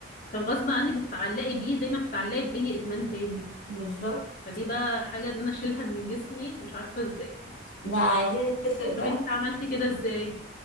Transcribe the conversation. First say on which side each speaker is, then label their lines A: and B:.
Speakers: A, on the left; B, on the left.
A: فغصب عني بتتعلقي بيه زي ما بتتعلقي بأي إدمان تاني
B: بالظبط
A: فدي بقى حاجة إن أنا أشيلها من جسمي مش عارفة إزاي
B: لا عايزين نتفق بقى
A: طب أنت عملتي كده إزاي؟